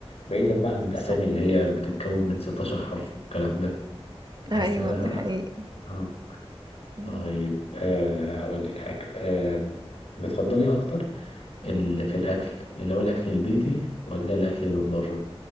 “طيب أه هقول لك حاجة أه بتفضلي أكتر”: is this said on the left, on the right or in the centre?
Left